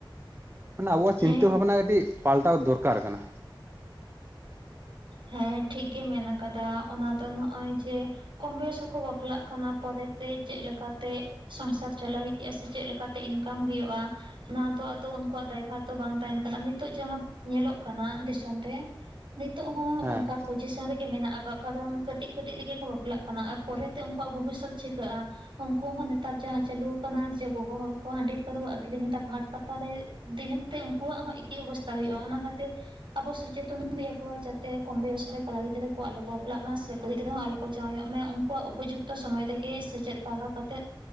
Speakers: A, on the right (about 30°); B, on the right (about 70°).
A: ᱢᱟᱱᱮ ᱟᱵᱚᱣᱟᱜ
B: ᱦᱮᱸ
A: ᱪᱤᱱᱛᱟᱹ ᱵᱷᱟᱵᱱᱟ ᱠᱟᱹᱴᱤᱡ ᱯᱟᱞᱴᱟᱣ ᱫᱚᱨᱠᱟᱨ ᱠᱟᱱᱟ,
B: ᱦᱮᱸ ᱴᱷᱤᱠ ᱜᱮ ᱢᱮᱱ ᱟᱠᱟᱫᱟ ᱚᱱᱟ ᱫᱚ ᱱᱚᱜᱼᱚᱭ ᱡᱮ, ᱠᱚᱢ ᱵᱚᱭᱚᱥ ᱨᱮᱠᱚ ᱵᱟᱯᱞᱟᱜ ᱠᱟᱱᱟ ᱯᱚᱨᱮ ᱛᱮ ᱪᱮᱫ ᱞᱮᱠᱟ ᱛᱮ, ᱥᱚᱝᱥᱟᱨ ᱪᱟᱞᱟᱣ ᱦᱩᱭᱩᱜᱼᱟ ᱥᱮ ᱪᱮᱫ ᱞᱮᱠᱟ ᱛᱮ ᱤᱱᱠᱟᱢ ᱦᱩᱭᱩᱜᱼᱟ? ᱚᱱᱟ ᱫᱚ ᱟᱫᱚ ᱩᱱᱠᱩᱣᱟᱜ ᱫᱟᱭᱵᱷᱟᱨ ᱫᱚ ᱵᱟᱝ ᱛᱟᱦᱮᱱ ᱠᱟᱱᱟ᱾ ᱱᱤᱛᱚᱜ ᱡᱟᱦᱟᱸ ᱧᱮᱞᱚᱜ ᱠᱟᱱᱟ ᱫᱤᱥᱚᱢ ᱨᱮ ᱱᱤᱛᱚᱜ ᱦᱚᱸ
A: ᱦᱮᱸ
B: ᱚᱱᱠᱟ ᱯᱚᱡᱤᱥᱚᱱ ᱨᱮᱜᱮ ᱢᱮᱱᱟᱜ ᱟᱠᱟᱫ ᱠᱟᱨᱚᱱ ᱠᱟᱹᱴᱤᱡ-ᱠᱟᱹᱴᱤᱡ ᱨᱮᱜᱮ ᱠᱚ ᱵᱟᱯᱞᱟᱜ ᱠᱟᱱᱟ ᱟᱨ ᱯᱚᱨᱮ ᱛᱮ ᱩᱱᱠᱩᱣᱟᱜ ᱵᱷᱚᱵᱤᱥᱥᱚᱛ ᱪᱤᱠᱟᱹᱜᱼᱟ? ᱩᱱᱠᱩ ᱦᱚᱸ ᱱᱮᱛᱟᱨ ᱡᱟᱦᱟᱸ ᱪᱟᱞᱩ ᱟᱠᱟᱱᱟ ᱡᱮ ᱜᱚᱜᱚ ᱦᱚᱲ ᱠᱚ ᱦᱟᱺᱰᱤ- ᱯᱟᱹᱣᱨᱟᱹ ᱟᱹᱠᱷᱚᱨᱤᱧ ᱮᱫᱟ ᱠᱚ ᱦᱟᱴ ᱯᱟᱛᱟ ᱨᱮ ᱫᱤᱱᱮ ᱛᱮ ᱩᱱᱠᱩᱣᱟᱜ ᱦᱚᱸ ᱮᱠᱤ ᱚᱵᱚᱥᱛᱟ ᱦᱩᱭᱩᱜᱼᱟ᱾ ᱚᱱᱟ ᱠᱷᱟᱹᱛᱤᱨ ᱟᱵᱚ ᱥᱚᱪᱮᱛᱚᱱ ᱦᱩᱭ ᱟᱵᱚᱣᱟ᱾ ᱡᱟᱛᱮ ᱠᱚᱢ ᱵᱚᱭᱚᱥ ᱨᱮ ᱠᱚᱲᱟ ᱜᱤᱫᱽᱨᱟᱹ ᱠᱚ ᱟᱞᱚ ᱠᱚ ᱵᱟᱯᱞᱟᱜ ᱢᱟ ᱥᱮ ᱠᱩᱲᱤ ᱜᱤᱫᱽᱨᱟᱹ ᱦᱚᱸ ᱟᱞᱚ ᱠᱚ ᱡᱟᱶᱟᱭᱚᱜ ᱢᱟ, ᱩᱱᱠᱩ ᱩᱯᱚᱡᱩᱠᱛᱤ ᱡᱚᱛᱚ ᱥᱚᱢᱚᱭ ᱨᱮᱜᱮ ᱥᱮᱪᱮᱫ ᱯᱟᱲᱦᱟᱣ ᱠᱟᱛᱮᱜ